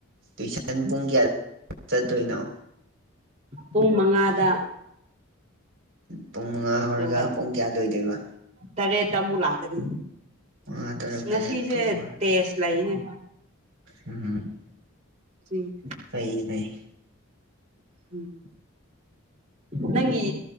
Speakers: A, on the right; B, on the right.
A: ꯇꯨꯏꯁꯟ ꯄꯨꯡ ꯀꯌꯥ ꯆꯠꯇꯣꯏꯅꯣ
B: ꯄꯨꯡ ꯃꯉꯥꯗ
A: ꯄꯨꯡ ꯃꯉꯥ ꯍꯧꯔꯒ
B: ꯑꯗꯨꯒ
A: ꯄꯨꯡ ꯀꯌꯥ ꯂꯣꯏꯗꯣꯏꯕ
B: ꯇꯔꯦꯠꯇ ꯑꯃꯨꯛ ꯂꯥꯛꯀꯅꯤ
A: ꯃꯉꯥ ꯇꯔꯨꯛ
B: ꯑꯁ ꯉꯁꯤꯁꯦ
A: ꯇꯔꯦꯠ ꯇꯣꯛꯑꯣ
B: ꯇꯦꯖ ꯂꯩꯅꯦ
A: ꯎꯝ
B: ꯁꯤ
A: <unintelligible>
B: ꯎꯝ ꯅꯪꯒꯤ